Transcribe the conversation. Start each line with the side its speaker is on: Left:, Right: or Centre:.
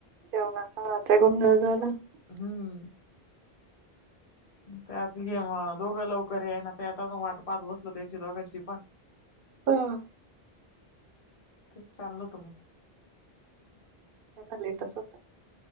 Right: जेवणा खावणाचा गोंधळ झाला.
Left: हम्म. त्यात ये दोघं लवकर येईना ते आता वाट पाहत बसलो त्यांची दोघांची पण.
Right: ह.
Left: तर चाललो त मग.
Right: त्यांना लेटच होतं,